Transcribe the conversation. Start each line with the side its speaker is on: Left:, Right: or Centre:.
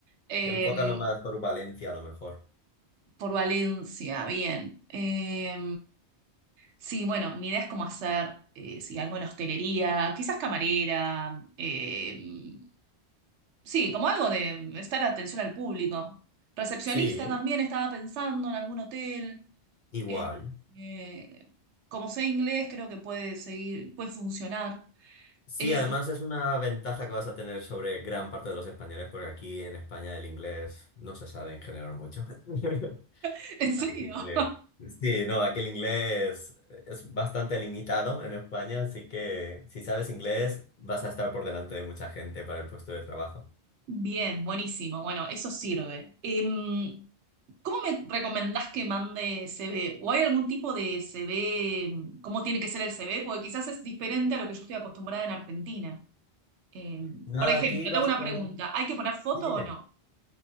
Right: Eh,
Left: Enfócalo más por Valencia a lo mejor.
Right: por Valencia, bien. Eh, sí, bueno, mi idea es como hacer, eh, sí, algo en hostelería, quizás camarera, eh, Sí, como algo de estar atención al público. Recepcionista
Left: Sí,
Right: también estaba pensando en algún hotel.
Left: igual.
Right: Eh, eh, como sé inglés, creo que puede seguir, puede funcionar.
Left: Sí,
Right: Em,
Left: además
Right: Sí.
Left: es una ventaja que vas a tener sobre gran parte de los españoles porque aquí en España el inglés no se sabe en general mucho. <laughs>
Right: <laughs> ¿en serio?
Left: Eh,
Right: <laughs>
Left: Sí, no, aquí el inglés es bastante limitado en España, así que si sabes inglés vas a estar por delante de mucha gente para el puesto de trabajo.
Right: Bien, buenísimo. Bueno, eso sirve. Em, ¿cómo me recomendás que mande CV? ¿O hay algún tipo de CV? ¿Cómo tiene que ser el CV? Porque quizás es diferente a lo que yo estoy acostumbrada en Argentina. Em,
Left: Nada,
Right: por ejemplo,
Left: aquí básicamente...
Right: tengo una pregunta. ¿Hay que poner foto
Left: Sí, dime.
Right: o no